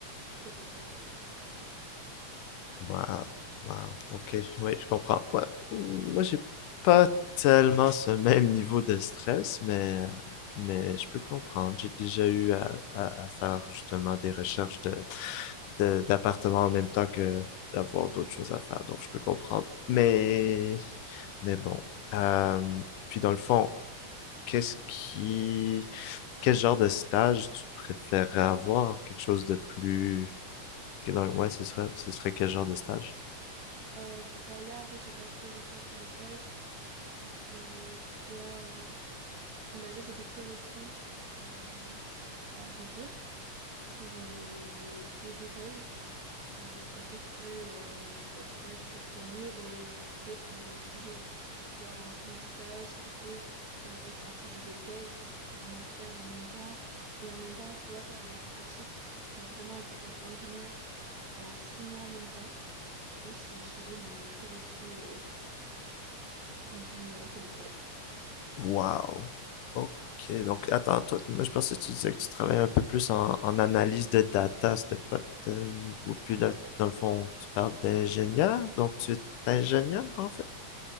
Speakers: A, on the right; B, on the left.
A: C'est pour ça que c'est un peu compliqué.
B: Waouh, waouh, OK, oui, je comprends. Ouais, moi, j'ai pas tellement ce même niveau de stress, mais, mais je peux comprendre. J'ai déjà eu à, à- à faire justement des recherches de, de- d'appartements en même temps que d'avoir d'autres choses à faire, donc je peux comprendre. Mais, mais bon. Euh, puis dans le fond, qu'est-ce qui, quel genre de stage tu préférerais avoir? Quelque chose de plus... que dans- Ouais, ce serait, ce serait quel genre de stage?
A: Euh, bah là, en fait, j'ai pas trop le choix pour le stage, vu que je dois... euh, On va dire, j'ai des prérequis euh, à remplir pour euh, mes deux écoles. Euh, ça fait que euh, bah, je suis pas très très libre. Euh, En fait, mon sujet, je dois avoir un sujet de stage qui peut euh, être un sujet de thèse pour un master en même temps. Et en même temps, je dois faire de la pratique, euh, vraiment être euh, ingénieur pendant six mois en même temps. Donc, c'est gérer les prérequis euh, du moment pour le stage.
B: Wow! OK. Donc, attends, toi, moi, je pensais que tu disais que tu travaillais un peu plus en, en analyse de data. C'était pas tellement. Ou puis là, dans le fond, tu parles d'ingénieur. Donc, tu es ingénieur, en fait?